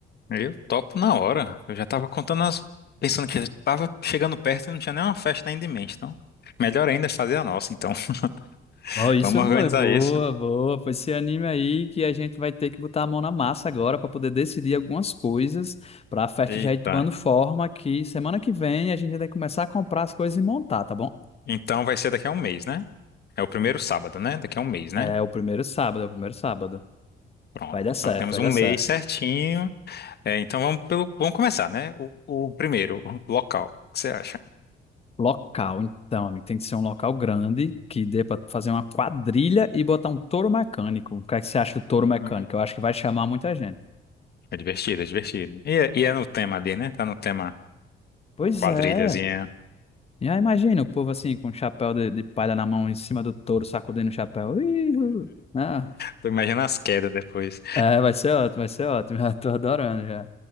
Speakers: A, on the left; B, on the left.
A: eu topo na hora. Eu já tava contando as. Pensando que tava chegando perto e não tinha nenhuma festa ainda em mente. Então, melhor ainda é fazer a nossa, então. <laughs>
B: Ó, isso,
A: Vamos
B: amor,
A: organizar
B: é boa,
A: isso.
B: boa. Foi esse anime aí que a gente vai ter que botar a mão na massa agora para poder decidir algumas coisas para a festa
A: Eita.
B: já ir tomando forma que semana que vem a gente já tem que começar a comprar as coisas e montar, tá bom?
A: Então vai ser daqui a um mês, né? É o primeiro sábado, né? Daqui a um mês, né?
B: É o primeiro sábado, é o primeiro sábado.
A: Pronto.
B: Vai dar certo,
A: Então temos
B: vai
A: um
B: dar certo.
A: mês certinho. É, então vamos pelo. Vamos começar, né? O, o primeiro, o local. O que você acha?
B: Local, então, amigo, tem que ser um local grande que dê para fazer uma quadrilha e botar um touro mecânico. O que é que você acha do touro
A: Uhum.
B: mecânico? Eu acho que vai chamar muita gente.
A: É divertido, é divertido. E, é- e é no tema ali, né? Tá no tema
B: Pois
A: quadrilhazinha.
B: é, E aí imagina o povo assim, com o chapéu de, de palha na mão, em cima do touro, sacudindo o chapéu. Ih, uh. Ah,
A: Tô imaginando as quedas depois.
B: é, vai ser ótimo, vai ser ótimo. <laughs> Já tô adorando já.